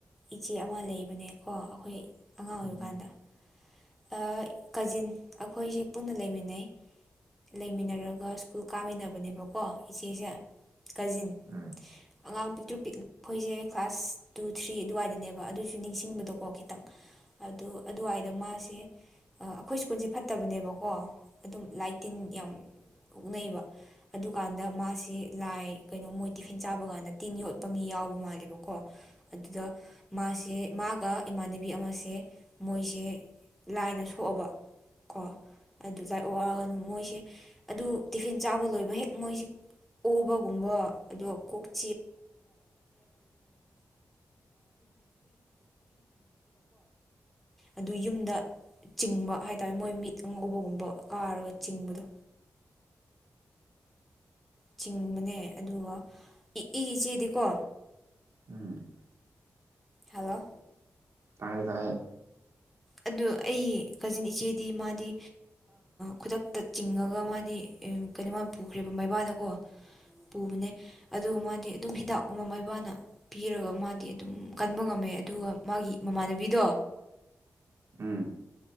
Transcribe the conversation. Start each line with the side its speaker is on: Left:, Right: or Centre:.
Centre: ꯏꯆꯦ ꯑꯃ ꯂꯩꯕꯅꯦꯀꯣ ꯑꯩꯈꯣꯏ ꯑꯉꯥꯡ ꯑꯣꯏꯔꯤꯀꯥꯟꯗ
Right: ꯎꯝ
Centre: ꯑ ꯀꯖꯤꯟ ꯑꯩꯈꯣꯏꯁꯦ ꯄꯨꯟꯅ ꯂꯩꯃꯤꯟꯅꯩ ꯂꯩꯃꯤꯟꯅꯔꯒ ꯁ꯭ꯀꯨꯜ ꯀꯥꯃꯤꯟꯅꯕꯅꯦꯕꯀꯣ ꯏꯆꯦꯁꯦ ꯀꯖꯤꯟ
Right: ꯎꯝ
Centre: ꯑꯉꯥꯡ ꯄꯤꯛꯇ꯭ꯔꯨ ꯄꯤꯛ ꯑꯩꯈꯣꯏꯁꯦ ꯀ꯭ꯂꯥꯁ ꯇꯨ ꯊ꯭ꯔꯤ ꯑꯗꯨꯋꯥꯏꯗꯅꯦꯕ ꯑꯗꯨꯁꯨ ꯅꯤꯡꯁꯤꯡꯕꯗꯣꯀꯣ ꯈꯤꯇꯪ ꯑꯗꯨ ꯑꯗꯨꯋꯥꯏꯗ ꯃꯥꯁꯦ ꯑꯩꯈꯣꯏ ꯁ꯭ꯀꯨꯜꯁꯦ ꯐꯠꯇꯕꯅꯦꯕꯀꯣ ꯑꯗꯨꯝ ꯂꯥꯏ ꯇꯤꯟ ꯌꯥꯝ ꯑꯣꯛꯅꯩꯌꯦꯕ ꯑꯗꯨꯀꯥꯟꯗ ꯃꯥꯁꯤ ꯂꯥꯏ ꯀꯩꯅꯣ ꯃꯣꯏ ꯇꯤꯐꯤꯟ ꯆꯥꯕ ꯀꯥꯟꯗ ꯇꯤꯟ ꯌꯣꯠꯄ ꯃꯤ ꯌꯥꯎꯕ ꯃꯥꯜꯂꯦꯕꯀꯣ ꯑꯗꯨꯗ ꯃꯥꯁꯦ ꯃꯥꯒ ꯏꯃꯥꯟꯅꯕꯤ ꯑꯃꯁꯦ ꯃꯣꯏꯁꯦ ꯂꯥꯏꯅ ꯁꯣꯛꯑꯕ ꯀꯣ ꯑꯗꯨ ꯂꯥꯏꯑꯣꯑꯒ ꯃꯣꯏꯁꯦ ꯑꯗꯨ ꯇꯤꯐꯤꯟ ꯆꯥꯕ ꯂꯣꯏꯕ ꯍꯦꯛ ꯃꯣꯏꯁꯤ ꯑꯣꯕꯒꯨꯝꯕ ꯑꯗꯨ ꯀꯣꯛ <unintelligible> ꯑꯗꯨ ꯌꯨꯝꯗ ꯆꯤꯡꯕ ꯍꯥꯏꯇꯥꯔꯦ ꯃꯣꯏ ꯃꯤꯠ ꯑꯉꯧꯕꯒꯨꯝꯕ ꯀꯥꯔꯒ ꯆꯤꯡꯕꯗꯣ ꯆꯤꯡꯕꯅꯦ ꯑꯗꯨꯒ ꯏ ꯏꯆꯦꯗꯤꯀꯣ
Right: ꯎꯝ
Centre: ꯍꯜꯂꯣ
Right: ꯇꯥꯏꯌꯦ ꯇꯥꯏꯌꯦ
Centre: ꯑꯗꯨ ꯑꯩ ꯀꯖꯤꯟ ꯏꯆꯦꯗꯤ ꯃꯥꯗꯤ ꯈꯨꯗꯛꯇ ꯆꯤꯡꯉꯒ ꯃꯥꯗꯤ ꯀꯩꯅꯣ ꯃꯥ ꯄꯨꯈ꯭ꯔꯦꯕ ꯃꯩꯕꯥꯗꯀꯣ ꯄꯨꯕꯅꯦ ꯑꯗꯨꯒ ꯃꯥꯗꯤ ꯑꯗꯨꯝ ꯍꯤꯗꯥꯛꯀꯨꯝꯕ ꯃꯥꯏꯕꯥꯅ ꯄꯤꯔꯒ ꯃꯥꯗꯤ ꯑꯗꯨꯝ ꯀꯟꯕ ꯉꯝꯃꯦ ꯆꯃꯦ ꯑꯗꯨꯒ ꯃꯥꯒꯤ ꯃꯃꯥꯟꯅꯕꯤꯗꯣ
Right: <inaudible> ꯎꯝ